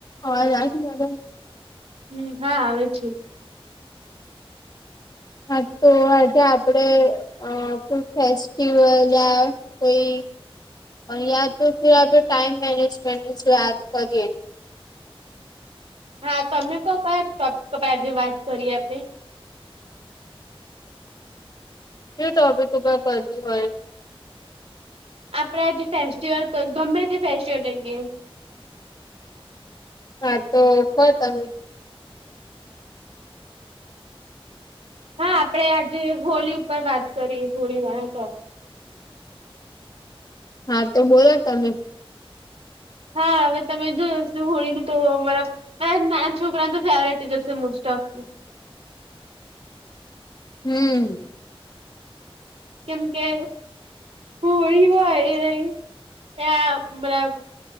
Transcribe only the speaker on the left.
હા રા મેડમ
હા તો આજે આપડે કોઈ ફેસ્ટિવલ યા કોઈ યા તો આપણે ટાઈમ મેનેજમેન્ટ ની જો વાત કરીએ
એ તોબ તોબ કરની હોય.
હા તો કો તમે
હા તો બોલો તમે
હમ